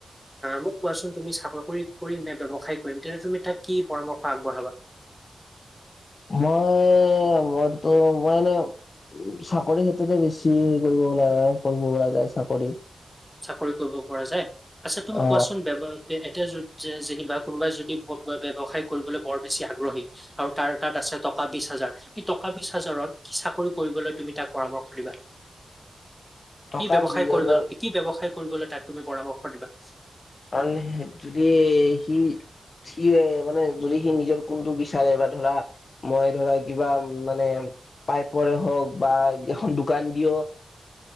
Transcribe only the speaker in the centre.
মোক কোৱাচোন তুমি চাকৰি কৰি। কৰিম নে ব্যৱসায় কৰিম তেন্তে তুমি তাক কি পৰামৰ্শ আগবঢ়াবা?
চাকৰি কৰিব পৰা যায় আচ্ছা তুমি
কোৱাচোন ব ব্যৱসায় এয়া য যে যেনিবা কোনোবাই যদি ব্যৱসায় কৰিবলৈ বৰ বেছি আগ্ৰহী আৰু তাৰ তাত আছে টকা বিশ হাজাৰ কি টকা বিশ হাজাৰত কি চাকৰি কৰিবলৈ তুমি তাক পৰামৰ্শ দিবা
কি ব্যৱসায়
কৰিব
কি ব্যৱসায় কৰিবলৈ তাক তুমি পৰামৰ্শ দিবা